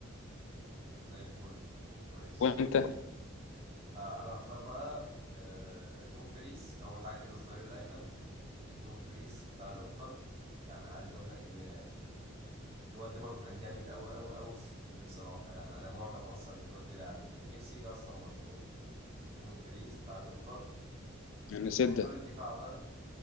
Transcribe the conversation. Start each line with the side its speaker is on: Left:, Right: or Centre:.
Right: زي الفل كويس
Left: وانت
Right: آه أنا هختار بقى آه، دومفريس أول حاجة كده الظهير الأيمن دومفريز بتاع الانتر يعني عايز اقول لك ان الواد ده برضو كان جامد قوي قوي قوي السيزون ده بصراحه يعني انا معجب اصلا بالواد ده يعني نفسي يجي اصلا برشلونه دومفريز بتاع الانتر
Left: يعني نسيت
Right: ونختار
Left: ده
Right: الدفاع بقى